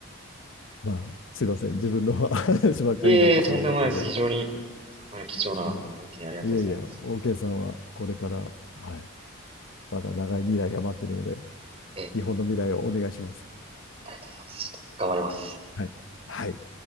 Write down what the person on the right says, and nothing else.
いえいえ、とんでもないです。非常に参考になる貴重なご意見ありがとうございます。
えー
ありがとうございます。ちょっと頑張ります。